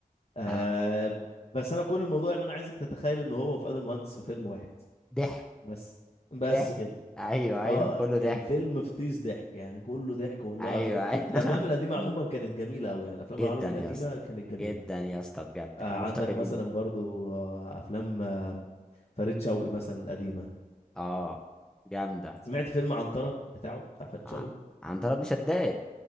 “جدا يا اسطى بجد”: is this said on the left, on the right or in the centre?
Centre